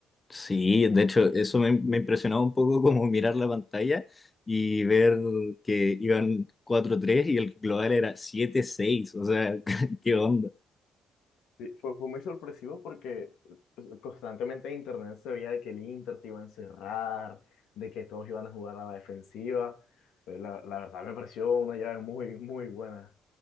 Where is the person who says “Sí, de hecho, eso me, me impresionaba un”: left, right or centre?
Left